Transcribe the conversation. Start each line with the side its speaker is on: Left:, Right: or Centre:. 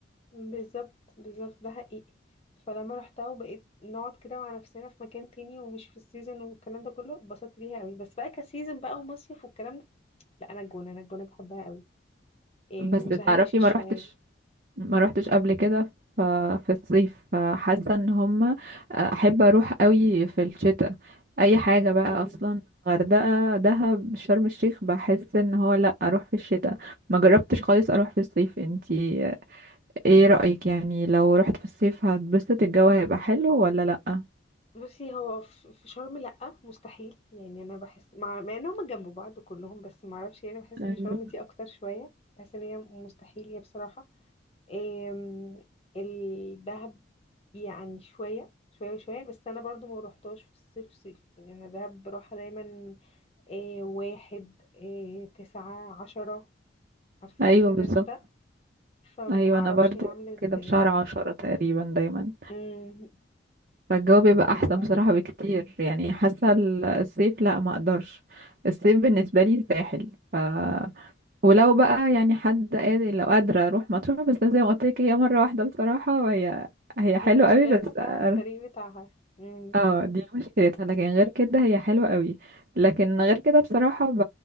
Left: بالظبط بالظبط ده حقيقي فلما روحتها وبقيت نقعد كده مع نفسنا في مكان تاني ومش في السيزون والكلام ده كله اتبسطت بيها قوي بس بقى كسيزون بقى ومصيف والكلام ده لا انا الجونه انا الجونه بحبها قوي إيه
Right: بس
Left: وسهل
Right: تعرفي
Left: حشيش
Right: ما روحتش
Left: شويه
Right: ما روحتش قبل كده ف- في الصيف فحاسه ان هما احب اروح قوي في الشتاء اي حاجه بقى
Left: امم
Right: اصلا غردقه دهب شرم الشيخ بحس ان هو لا اروح في الشتاء ما جربتش خالص اروح في الصيف انتي ايه رايك يعني لو رحت في الصيف هتبسط الجو هيبقى حلو ولا لا
Left: بصي هو في في شرم لأ مستحيل يعني انا بحس مع, مع انهم جنب بعض كلهم بس ما اعرفش يعني انا بحس
Right: أيوة.
Left: ان شرم دي اكتر شويه بحس ان هي مستحيل هي بصراحه آم، الدهب يعني شوية شوية وشوية بس أنا برضو ما روحتهاش في الصيف صيف يعني أنا دهب بروحها دايما آه، واحد آه، تسعة عشرة عارفة
Right: ايوه
Left: في الرينج
Right: بالظبط
Left: ده فمعرفش
Right: ايوه انا برضو
Left: هي عاملة ازاي
Right: كده في شهر عشرة تقريبا دايما
Left: مم،
Right: فالجو بيبقى
Left: وأنا
Right: احسن
Left: برضو
Right: بصراحة بكتير يعني حاسة ال- الصيف لا ما اقدرش الصيف بالنسبة لي الساحل ف... ولو بقى يعني حد قادر لو قادرة اروح مطروح بس زي ما قلت لك هي مرة واحدة بصراحة وهي هي حلوة
Left: هي مشكلتها
Right: قوي بس
Left: فعلا
Right: أر-
Left: الطريق بتاعها مم.
Right: اه دي مشكلتها لكن غير كده هي حلوة قوي لكن غير كده بصراحة ب...